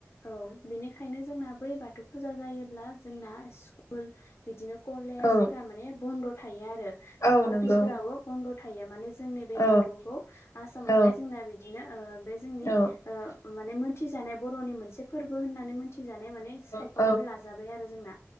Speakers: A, on the left; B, on the left.
A: औ बेनि खायनो जोंना बै बाथौ फुजा जायोब्ला जोंना स्क कुल बिदिनो कलेज
B: औ
A: फोर माने बन्द' थायो आरो जोंना
B: औ नंगौ
A: अफिसफोराबो बन्द' थायो माने जोंनि बे
B: औ
A: बाथौखौ आसामावहाय
B: औ
A: जोंना बिदिनो ओ बे जोंनि ओ
B: औ
A: माने मोनथिजानाय बर'नि मोनसे फोरबो होननानै मोन थि जानाय माने सायख'नानै
B: औ
A: लाजाबाय आरो जोंना